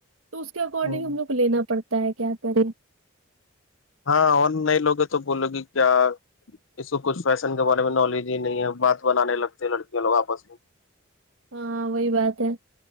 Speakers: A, on the right (about 80°); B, on the left (about 65°).
A: تو اس کے اکارڈنگ
B: ہوں
A: ہم لوگ لینا پڑتا ہے کیا کریں
B: ہاں اور نئے لوگے تو بولو گے کیا اس کو کچھ فیشن کے بارے میں نالج ہی نہیں ہے بات بنانے لگتے لڑکیاں لوگ آپس میں
A: ہاں وہی بات ہے